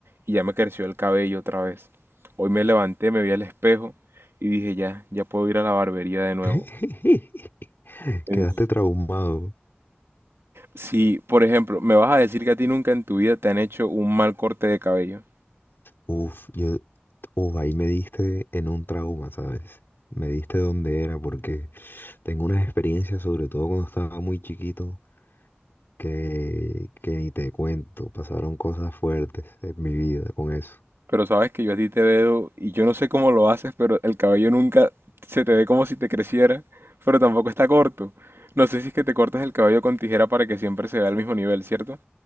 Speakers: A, on the right; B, on the left.
A: y ya me creció el cabello otra vez. Hoy me levanté, me vi al espejo y dije, ya, ya puedo ir a la barbería de nuevo.
B: <laughs>
A: En-
B: Quedaste traumado.
A: Sí, por ejemplo, ¿me vas a decir que a ti nunca en tu vida te han hecho un mal corte de cabello?
B: Uf, yo, uf, ahí me diste en un trauma, ¿sabes? Me diste donde era, porque tengo unas experiencias, sobre todo cuando estaba muy chiquito, que, que ni te cuento. Pasaron cosas fuertes en mi vida con eso.
A: Pero sabes que yo a ti te veo y yo no sé cómo lo haces, pero el cabello nunca se te ve como si te creciera, pero tampoco está corto. No sé si es que te cortas el cabello con tijera para que siempre se vea al mismo nivel, ¿cierto?